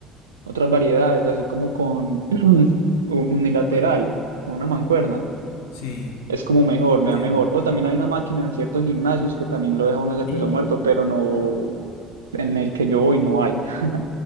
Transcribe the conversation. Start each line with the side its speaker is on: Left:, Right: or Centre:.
Right: otras variedades, así como con <clears throat> un- unilateral,
Left: como en cuerna.
Right: con una mancuerna,
Left: Sí,
Right: es como mejor,
Left: entiendo.
Right: me da mejor. O también hay una máquina en ciertos gimnasios que también lo deja uno de peso
Left: Y,
Right: muerto, pero no, en el que yo voy no hay, <laughs>